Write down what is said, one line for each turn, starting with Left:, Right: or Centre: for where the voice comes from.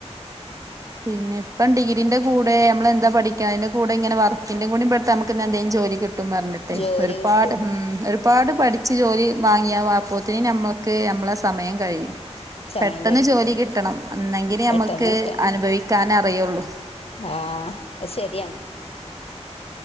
Right: പിന്നെ ഇപ്പ ഡിഗ്രീന്റെ കൂടെ നമ്മൾ എന്ത പഠിക്ക അയ്ന്റെ കൂടെ ഇങ്ങനെ വർക്കിന്റെ കൂടി പെട്ട നമുക്ക് എന്ന എന്തേ ജോലി കി ട്ടും പർഞ്ഞിട്ടെ
Left: ജോലി
Right: ഒരുപാട്
Left: കിട്ടും
Right: ഉം ഒരു ഒരുപാട് പഠിച്ച് ജോലി വാങ്ങിയ അപ്പോത്തീന് ഞമ്മക്ക് ഞമ്മളെ സമയം കഴിയും
Left: സമയം
Right: പെട്ടെന്ന്
Left: കഴിയും
Right: ജോലി കിട്ടണം അന്നെങ്കില്
Left: പെട്ടെന്ന്
Right: നമ്മക്ക്
Left: കിട്ടാം
Right: ചോയിക്കാനറിയുള്ളൂ
Left: ആഹ് ശെരിയാണ്